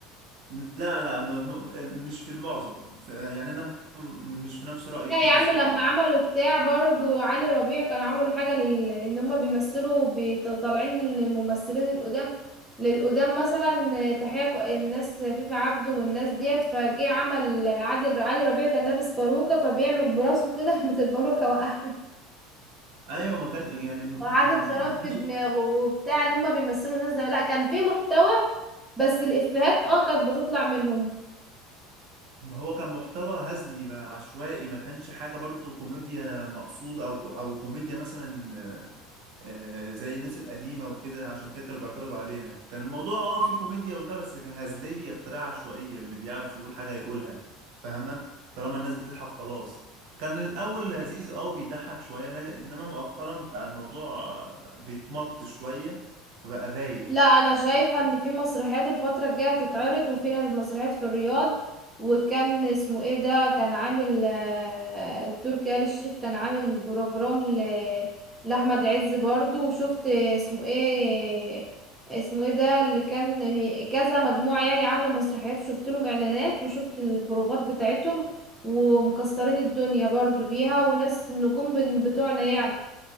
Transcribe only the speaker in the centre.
لا يا
عم
لما عملوا بتاع برضو علي ربيع كانوا عملوا حاجة لل... ان هما بيمثلوا بت- طالعين الممثلين القدام للقدام مثلا تحية ك- الناس فيفا عبده والناس ديت فجه عمل عادل علي ربيع كان لابس باروكة فبيعمل براسه كده <laughs> بس الباروكة وقع
وعادة
شراب
في دماغه وبتاع ان هما بيمثلوا الناس زمان لا كان في محتوى بس الإفيهات اه كانت بتطلع منهم
لا انا شايفه ان في مسرحيات الفتره الجايه هتتعرض وفي مسرحيات في الرياض وكان اسمه ايه ده كان عامل آه، تركي آل الشيخ كان عامل بروجرام ل- لاحمد عز برضو وشفت اسمه ايه اسمه ايه ده اللي كان هي- كذا مجموعه يعني عامله مسرحيات وشفت لهم اعلانات وشفت البروفات بتاعتهم ومكسرين الدنيا برضو بيها وناس النجوم بن- بتوعنا يعني